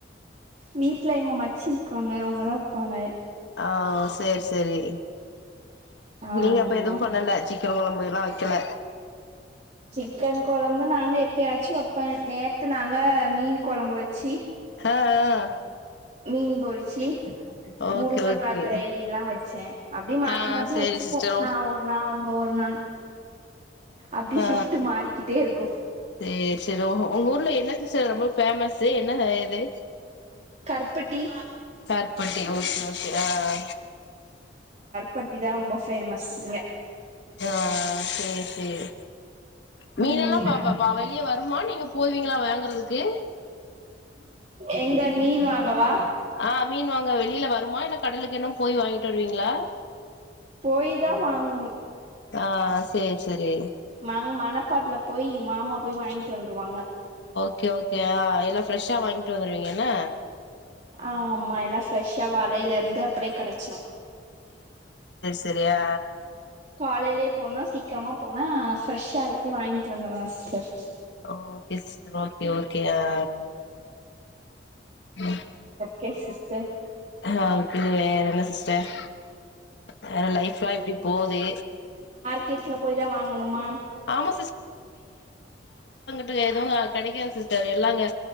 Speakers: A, on the right; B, on the left.
A: வீட்ல எங்க மச்சி இருக்காங்க அவுங்கதா வப்பாங்க
B: ஆ சேர் சேரி
A: ஆமா
B: நீங்க அப்ப எதும் பண்ணல சிக்கன் கொழம்பு எல்லா வெக்கல
A: சிக்கன் கொழம்பு நாங்க எப்பயாச்சி வெப்பே நேத்து நாங்க மீன் கொழம்பு வெச்சி
B: அ அ
A: மீன் பொறிச்சி முருங்கக்கா
B: ஓகே ஓகே
A: கிரேவிலா வச்சே அப்டி மாத்தி
B: ஆ
A: மாத்தி
B: சேரி
A: வச் வச்சிப்போ
B: சிஸ்டர்
A: நா ஒரு நாள் அவுங்க ஒரு நாள் அப்டி
B: ஆ
A: ஷிஃப்ட் மாறிகிட்டே இருக்கு
B: சேரி சேரி ஓ உங்க ஊர்ல என்ன சிஸ்டர் ரொம்ப பேமஸ் என்ன இது
A: கருப்பட்டி
B: கருப்பட்டி ஓகே ஓகே ஆ ஆ
A: பட்டி தா ரொம்ப ஃபேமஸ் இங்க
B: ஆ சேரி சேரி மீன்னெல்லா
A: ம்
B: பா பா பா வெளியே வருமா நீங்க போவீங்களா வாங்குறதுக்கு
A: எங்க மீன் வாங்கவா
B: ஆ மீன் வாங்க வெளியில வருமா இல்ல கடலுக்கு என்ன போய் வாங்கிட்டு வருவீங்களா
A: போய் தா வாங்கணு
B: ஆ சேரி சேரி
A: நாங் மணப்பாட்டுல போய் மாமா போய் வாங்கிட்டு வந்துருவாங்க
B: ஓகே ஓகே அ எல்லா ஃப்ரெஷ்ஷா வாங்கிட்டு வந்துருவீங்கன்னா
A: ஆமா எல்லா ஃப்ரெஷ்ஷா வலையில இருந்து அப்டியே கெடைச்சிரு
B: தெரியா
A: காலைலேயே போனா சீக்கிரமா போனா ஃப்ரெஷ்ஷா எல்லாத்தையு வாங்கிட்டு வந்துடுலா sister
B: okay sister okay okay ஆ ம்
A: கே சிஸ்டர்
B: ஆ ஒகே வேற என்ன சிஸ் டர் வேற லைஃப்லா எப்டி போது
A: ஸ்ட்ரீட்ல போய் தா வாங்கணுமா
B: ஆமா து எதுவு அங் கெடைக்காது சிஸ்டர் எல்லா அங்க